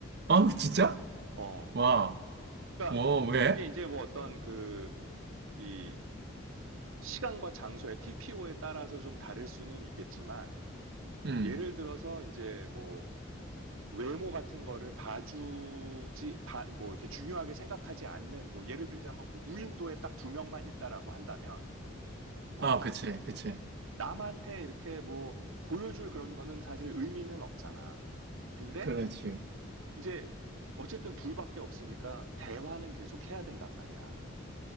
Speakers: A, on the right; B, on the right.
A: 아, 진짜?
B: 어.
A: 와,
B: 그러니까
A: 어, 왜?
B: 그게 이제 뭐 어떤 그 이 시간과 장소의 TPO에 따라서 좀 다를 수는 있겠지만
A: 음.
B: 예를 들어서 이제 뭐 외모 같은 거를 봐주지 봐- 뭐 이렇게 중요하게 생각하지 않는 뭐 예를 들자면 뭐 무인도에 딱 두 명만 있다라고 한다면 어
A: 아, 그치, 그치.
B: 남한테 이렇게 뭐 보여줄 그런 거는 사실 의미는 없잖아. 근데
A: 그렇지.
B: 이제 어쨌든 둘밖에 없으니까 대화는 계속 해야 된단 말이야.